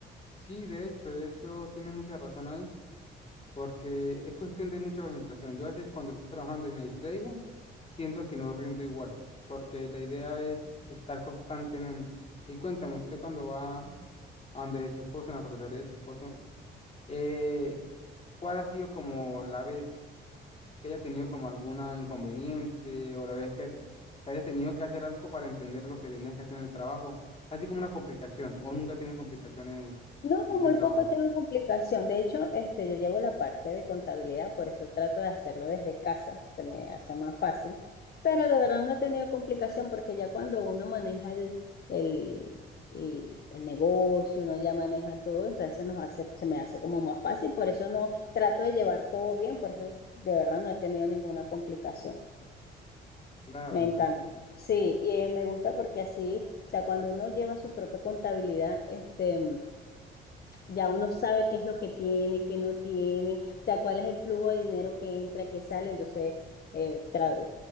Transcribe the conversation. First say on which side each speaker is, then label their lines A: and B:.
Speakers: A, on the left; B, on the left.
A: Sí, de hecho, de hecho, tienes mucha razón ahí, porque es cuestión de mucha concentración. Yo a veces cuando estoy trabajando y me distraigo, siento que no rindo igual, porque la idea es estar constantemente. Y cuéntame, usted cuando va a donde su esposo, en la ferretería de su esposo, eh, ¿cuál ha sido como la vez que haya tenido como alguna inconveniente o la vez que te te haya tenido que hacer algo para entender lo que tenías que hacer en el trabajo? Así como una complicación, o nunca ha tenido complicaciones
B: No,
A: en ese
B: muy
A: trabajo.
B: poco tengo complicación. De hecho, este, yo llevo la parte de contabilidad, por eso trato de hacerlo desde casa, se me hace más fácil. Pero de verdad no he tenido complicación porque ya cuando uno maneja el, el, el- el negocio, uno ya maneja todo, o sea, se nos hace, se me hace como más fácil. Por eso no trato de llevar todo bien, por eso de verdad no he tenido ninguna complicación.
A: Claro,
B: Me encanta.
A: estás tú-
B: Sí, y eh, me gusta porque así, o sea, cuando uno lleva su propia contabilidad, este ya uno sabe qué es lo que tiene, qué no tiene, o sea, cuál es el flujo de dinero que entra, que sale, entonces eh, tra-